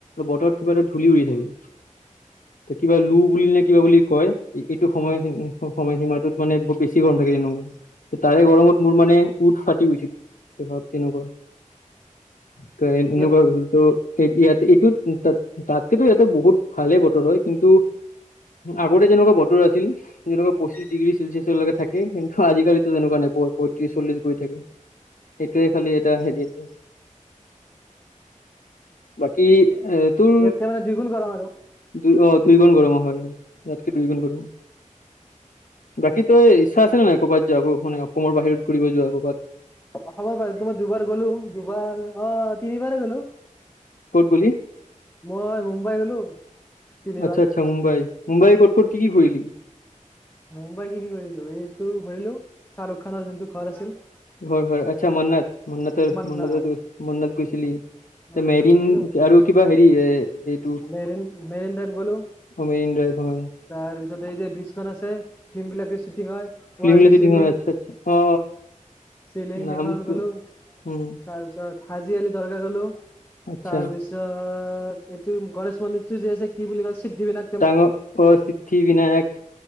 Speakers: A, on the left; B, on the left.
A: বতৰত কিবা
B: উম,
A: এটা ধূলি উৰি থাকে এ কিবা লো বুলি নে কিবা বুলি কয়। এইটো সময়
B: উম,
A: সময় সীমাটোত মানে বহুত বেছি গৰম লাগে তেনেকুৱা। তাৰে গৰমত মোৰ মানে উঠ ফাটি গৈছিল ভাৱ কেনেকুৱা। ত এনেকুৱা
B: ইয়াত
A: হলেতো তো ইয়াত এইটোত তাত তাতকৈতো ইয়াতে বহুত ভালেই বতৰ হয় কিন্তু আগতে যেনেকুৱা বতৰ আছিল। যেনেকুৱা
B: উম,
A: পঁচিশ ডিগ্ৰী চেলচিয়াছৰলৈকে থাকে কিন্তু আজিকালি তেনেকুৱা নেপোৱা পঁইত্ৰিছ চল্লিশ হৈ থাকে। সেইটোৱে খালি এটা হেৰি আছে বাকী এ তোৰ
B: ইয়াতকে মানে দুই গুণ গৰম আৰু।
A: দুই অ দুই গুণ গৰম হয় ইয়াতকে দুই গুণ গৰম। বাকী তোৰ ইচ্ছা আছে নাই ক'ৰবাত যাব মানে অসমৰ বাহিৰত ঘুৰিব যোৱা ক'ৰবাত?
B: অসমৰ বাহিৰতো মই দুবাৰ গ'লো দুবাৰ অ তিনিবাৰে গ'লো।
A: ক'ত গলি?
B: মই মুম্বাই গ'লো তিনিবাৰ।
A: আচ্ছা আচ্ছা মুম্বাই। মুম্বাই ক'ত ক'ত কি কি ঘূৰিলি?
B: মুম্বাই কি কি ঘূৰিলো এইটো ঘূৰিলো শ্বাৰুখানৰ যোনটো ঘৰ আছিল।
A: হয় হয় আচ্ছা মান্নত মান্নত
B: মান্নাত।
A: মান্নত মান্নত গৈছিলি।
B: অ'
A: এ
B: সেইটো
A: মেৰিন
B: ঘূৰিলো
A: আৰু কিবা হেৰি এ এইটো
B: মেৰিন মেৰিন ড্ৰাইভ গ'লো।
A: মেইন ড্ৰাইভ হয়
B: তাৰপিছত এই যে ব্ৰীজখন আছে ফিল্ম বিলাকৰ শ্বুটিং হয়।
A: ফিল্ম
B: ৱলি
A: চিটি
B: চিলিং
A: হয় আচ্ছা আচ্ছা অ
B: চিলিং
A: নামটো
B: সেইখনত গলো।
A: উম,
B: তাৰপিছত হাজি আলি দৰকাৰ গলো
A: আচ্ছা
B: তাৰপিছত ত এইটো গণেশ মন্দিৰটো যে আছে কি বুলি কয় সিদ্ধি বিনায়ক
A: ডাঙৰ সিদ্ধি বিনায়ক